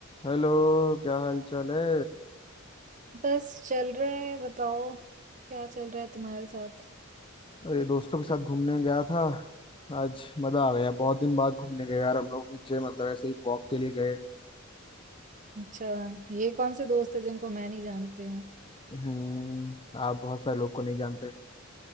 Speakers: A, on the left; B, on the right.
A: Hello क्या हाल चाल है
B: बस चल रहा है बताओ क्या चल रहा है तुम्हारे साथ
A: अरे दोस्तों के साथ घूमने गया था आज मजा आ गया बहुत दिन बाद घूमने गए यार हम लोग नीचे मतलब ऐसे ही वॉक के लिए गए
B: अच्छा ये कौन से दोस्त है जिनको मैं नहीं जानती हूँ
A: हम्म आप बहुत सारे लोग को नहीं जानते अ,